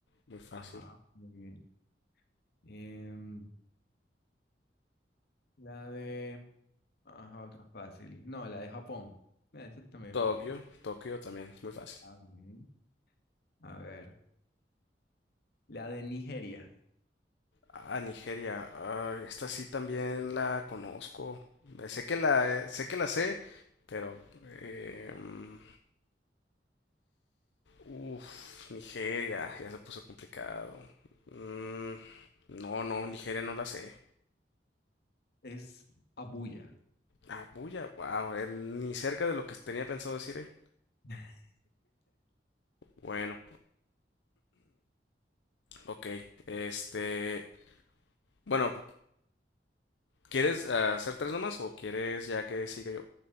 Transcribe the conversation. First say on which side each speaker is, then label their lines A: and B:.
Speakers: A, on the left; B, on the left.
A: muy fácil.
B: Ajá, muy bien. Em, La de... Ajá, otra fácil. No, la de Japón. Mira, esa también
A: Tokio,
B: es fácil.
A: Tokio también, muy fácil.
B: Ah, bien. A ver. La de Nigeria.
A: Ah, Nigeria. Ah, esta sí también la conozco. Eh, Sé que la, sé que la sé, pero... em, Uf, Nigeria, ya se puso complicado. Mm, no, no, Nigeria no la sé.
B: Es Abuya.
A: Abuya, wow, ni cerca de lo que tenía pensado decir, eh.
B: <laughs>
A: Bueno, ok. Este, bueno, ¿quieres ah, hacer tres nomás o quieres ya que siga yo?